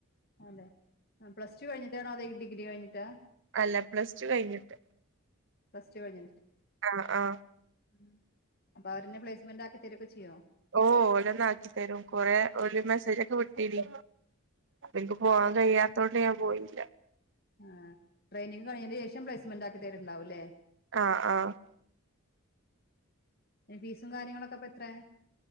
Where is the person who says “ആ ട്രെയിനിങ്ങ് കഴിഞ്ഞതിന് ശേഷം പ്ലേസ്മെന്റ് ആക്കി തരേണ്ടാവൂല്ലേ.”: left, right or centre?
Left